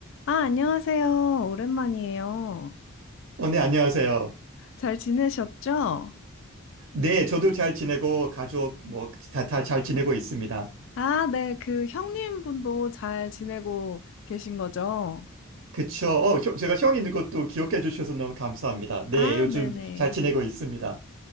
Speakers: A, on the left; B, on the right.
A: 아, 안녕하세요. 오랜만이에요.
B: 어, 네, 안녕하세요.
A: 잘 지내셨죠?
B: 네, 저도 잘 지내고, 가족, 뭐, 다, 다 잘 지내고 있습니다.
A: 아, 네. 그 형님 분도 잘 지내고 계신 거죠?
B: 그쵸. 어, 저- 제가 형 있는 것도 기억해 주셔서 너무 감사합니다. 네,
A: 아,
B: 요즘
A: 네네.
B: 잘 지내고 있습니다.